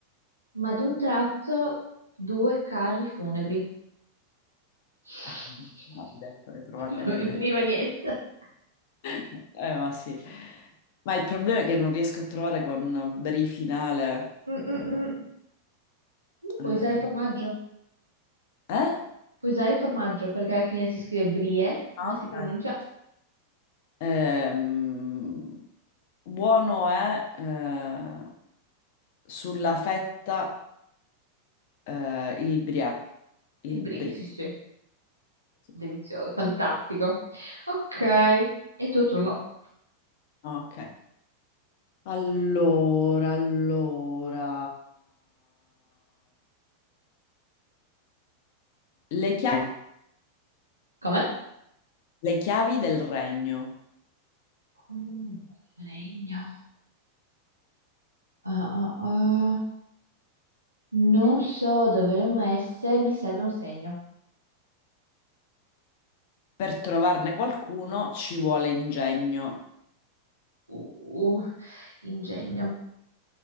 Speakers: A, on the right (about 85°); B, on the left (about 50°).
A: ma ad un tratto due carri funebri. <laughs>
B: <laughs> Ma ti ho detto, l'hai trovata
A: Non
B: meglio
A: mi veniva
B: di me.
A: niente.
B: <laughs> Eh, ma sì. Ma il problema è che non riesco a trovare con brifinale.
A: Mm, mm,
B: Eh?
A: mm. Puoi
B: eh?
A: usare il formaggio?
B: eh?
A: Puoi usare il formaggio perché alla fine si scrive brie,
B: Ah,
A: ma si
B: ok.
A: pronuncia
B: Ehm, buono è eh, sulla fetta eh, il brie. Il
A: i brie.
B: brie.
A: Sì, sì,
B: Sì.
A: delizioso, fantastico. Ok, è il tuo turno.
B: Ok. Allora, allora. Le chiavi,
A: Come?
B: le chiavi del regno.
A: Mm. Regno. Ah, ah, ah. Non so dove le ho messe, mi serve un segno.
B: Per trovarne qualcuno ci vuole ingegno.
A: Uh, uh, ingegno.